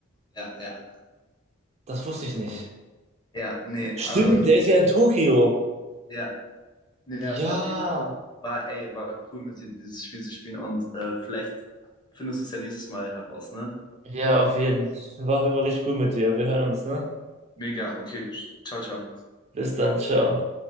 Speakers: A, on the left (about 20°); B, on the right (about 30°).
A: Ja, ja.
B: Das wusste ich nicht.
A: Ja, nee,
B: Stimmt,
A: ähm,
B: der ist ja in Tokio.
A: ja, nee, ja,
B: Ja,
A: war auf jeden Fall, war, ey, war cool mit dir dieses Spiel zu spielen und äh, vielleicht findest du es ja nächstes Mal heraus, ne?
B: ja, auf jeden Fall. War auf jeden Fall richtig cool mit dir. Wir hören uns, ne?
A: Mega, okay. Ciao, ciao.
B: Bis dann, ciao.